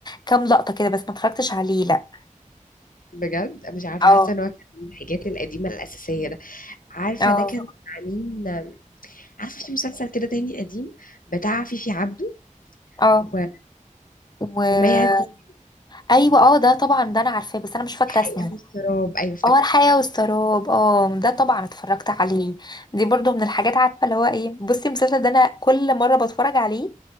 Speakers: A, on the left; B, on the left.
A: كام لقطة كده بس ما اتفرجتش عليه لا
B: بجد مش عارفه
A: اه
B: حاسه ان هو كان من الحاجات القديمه الاساسيه ده عارفه
A: اه
B: ده كان مع مين عارفه في مسلسل كده تاني قديم بتاع فيفي عبده
A: اه
B: و...
A: و
B: وما يعزب
A: ايوه اه ده طبعا ده انا عارفاه بس انا مش فاكرة
B: الحقيقه
A: اسمه
B: والسراب ايوه افتكرته
A: اه الحياة والسراب اه ده طبعا اتفرجت عليه دي برضو من الحاجات عارفة اللي هو ايه بصي المسلسل ده انا كل مرة بتفرج عليه